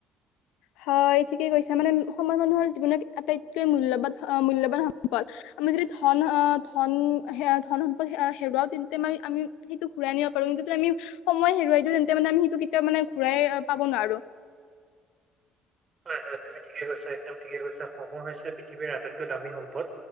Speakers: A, on the left; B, on the right.
A: হয় ঠিকেই কৈছা মানে সময় মানুহৰ জীৱন আটাইতকৈ মূল্যবান অ মূল্বান সম্পদ। আমি যদি ধন আহ ধন ধন সম্পদ হেৰুৱাও তেন্তে মমি আমি সেইটো ঘূৰাই আনব পাৰো কিন্ত, আমি সময় হেৰুৱাই দিওঁ তেন্তে মানে আমি সেইটো কেতিয়াও মানে, ঘূৰাই পাব নোৱাৰো।
B: হয়-হয়, তুমি ঠিকে কৈছা, একদম ঠিকে কৈছা। সময় হৈছে পৃথিৱীৰ আটাইতকৈ দামী সম্পদ।